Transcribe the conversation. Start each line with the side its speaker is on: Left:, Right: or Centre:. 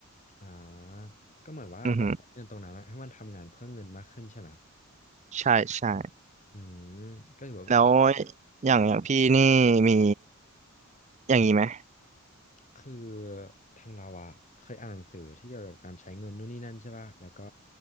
Left: อ่าก็เหมือนว่าเราใช้เงินตรงนั้นอะให้มันทำงานเพื่อเงินมากขึ้นใช่ไหม
Right: อือหือใช่ใช่
Left: อืมก็ถือว่า
Right: แล้วอย่างอย่างพี่นี่มีอย่างนี้ไหม
Left: คือทางเราอะเคยอ่านหนังสือที่เกี่ยวกับการใช้เงินนู่นนี่นั่นใช่ป่ะแล้วก็